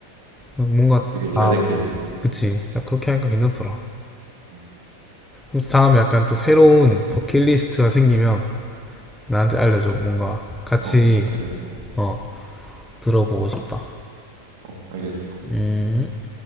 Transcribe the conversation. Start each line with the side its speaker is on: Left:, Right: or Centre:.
Centre: 뭔가,
Right: 되게 잘된
Centre: 아,
Right: 케이스네.
Centre: 그치. 딱 그렇게 하니까 괜찮더라.
Right: 음.
Centre: 혹시 다음에 약간 또 새로운 버킷리스트가 생기면 나한테 알려줘. 뭔가 같이,
Right: 어, 알겠어.
Centre: 어, 들어보고 싶다.
Right: 어, 알겠어.
Centre: 음.